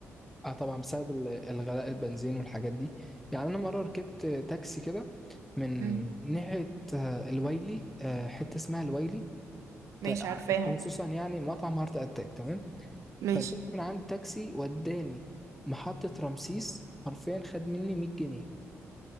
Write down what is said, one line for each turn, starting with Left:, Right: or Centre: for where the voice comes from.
Centre: اه طبعا بسبب ال- الغلاء البنزين والحاجات دي يعني انا مره ركبت آه، تاكسي كده من
Right: <laughs> مم.
Centre: ناحيه آه الويلي آه حته اسمها الويلي
Right: ماشي
Centre: تا-
Right: عارفاها
Centre: خصوصا يعني مطعم هارت اتاك تمام
Right: ماشي
Centre: فركبت من عند تاكسي وداني محطة رمسيس حرفيا خد مني 100 جنيه